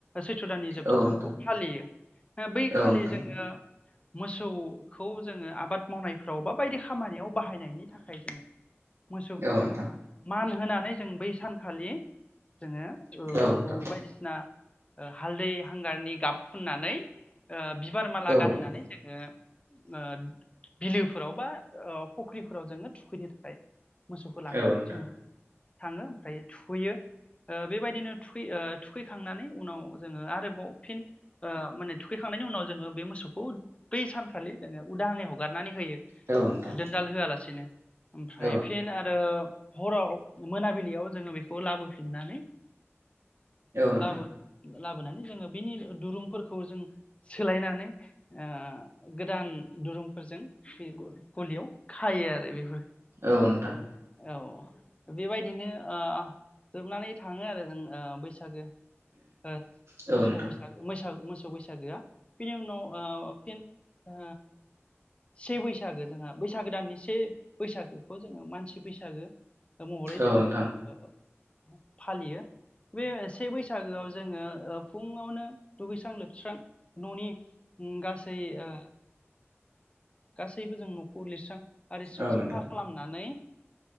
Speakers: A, on the left; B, on the right.
A: सैथ्र' दानि जोबथा
B: औ नोंथां
A: सानखौ फालियो बै खालि
B: औ नोंथां
A: जोङो मोसौखौ जोङो आबाद मावनायफ्राव बा बायदि खामानियाव बाहायनाय जोङो मोसौखौ
B: औ नोंथां
A: मान होनानै जों बै सानखालि जोङो ओ
B: औ
A: बेखौ
B: नोंथां
A: बायदिसिना ओ हालदै हांगारनि गाब फुननानै ओ बिबार माला
B: औ
A: गानहोनानै
B: नोंथां
A: जोङो ओ बिलो फोराव बा ओ फुख्रिफोराव जोङो थुखैनो थाखाय मोसौखौ लांनानै
B: औ नोंथां
A: जोङो थाङो ओमफ्राय थुखैयो ओ बेबायदिनो थुैखै ओ थुखैखांनानै उनाव जोङो आरोबाव फिन ओ माने थुखैखांनायनि उनाव जोङो बे मोसौखौ बै सानखालि जोङो उदाङै हगारनानै होयो
B: औ नोंथां
A: दोनदाल होआलासिनो ओमफ्राय
B: औ
A: फिन आरो हराव मोनाबिलियाव जोङो बेखौ लाबोफिननानै
B: नोंथां
A: लाबो लाबोनानै जोंङो बिनि दुरुंफोरखौ जों सोलायनानै ओ गोदान दुरुंफोरजों फि गलियाव खायो आरो बे
B: औ नोंथां
A: औ बेबायदिनो ओ जोबनानै थांङो आरो जोंना ओ बैसागो ओ
B: नोंथां औ
A: मोसौ
B: नोंथां
A: बैसागो मैसा मोसौ बैसागोआ बिनि उनाव ओ फिन ओ से बैसागो जोंहा बैसागो दाननि से बैसागोखौ जोंङो मानसि बैसागो महरै
B: औ
A: जोंङो
B: नोंथां
A: ओ फालियो। बे से बैसागोआव ओ जोंङो फुङावनो दुगैस्रां लोबस्रां न'नि गासै ओ गासै सैबो जों न'खौ लिरस्रां आरिस्रां
B: औ नोंथां औ नोंथां औ नोंथां औ नोंथां औ
A: साफा
B: नोंथां
A: खालामनानै